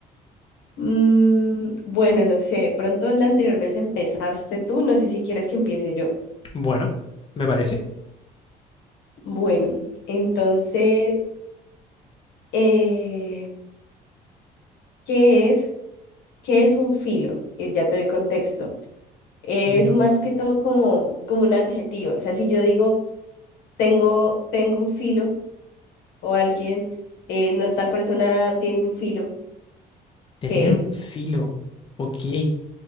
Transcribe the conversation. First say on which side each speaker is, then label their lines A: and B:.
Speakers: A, on the left; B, on the left.
A: Mm, bueno, no sé, de pronto la anterior vez empezaste tú, no sé si quieres que empiece yo.
B: Bueno, me parece.
A: Bueno, entonces, eh, ¿qué es? ¿Qué es un filo? Eh, ya te doy contexto. es
B: Filo,
A: más que todo como, como un adjetivo. O sea, si yo digo, tengo, tengo un filo o alguien, eh, no, tal persona tiene un filo,
B: tener
A: ¿qué es?
B: un filo, ok,